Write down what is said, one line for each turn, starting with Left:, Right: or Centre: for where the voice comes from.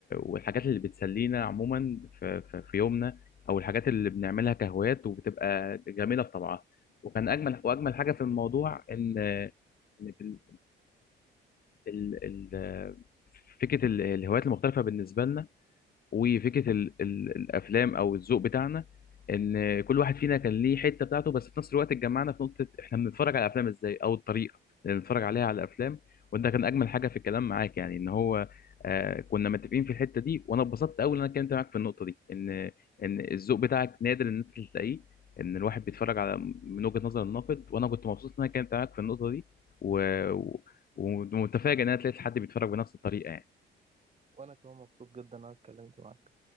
Left: والحاجات اللي بتسلينا عموما في... في... في يومنا او الحاجات اللي بنعملها كهوايات وبتبقى جميله في طبعها وكان اجمل واجمل حاجه في الموضوع ان إن في ال... ال... ال... فكره ال- الهوايات المختلفه بالنسبه لنا وفكره ال ال الافلام او الذوق بتاعنا ان كل واحد فينا كان ليه حته بتاعته بس في نفس الوقت اتجمعنا في نقطه احنا بنتفرج على الافلام ازاي او الطريقه اللي بنتفرج عليها على الافلام وده كان اجمل حاجه في الكلام معاك يعني ان هو آه كنا متفقين في الحته دي وانا اتبسطت قوي ان انا اتكلمت معاك في النقطه دي ان ان الذوق بتاعك نادر ان انت تلاقيه ان الواحد بيتفرج على من وجهه نظر الناقد وانا كنت مبسوط ان انا اتكلمت معاك في النقطه دي و... و- ومتفاجئ ان انا لقيت حد بيتفرج بنفس الطريقه يعني
Right: وانا كمان مبسوط جدا إن انا اتكلمت معاك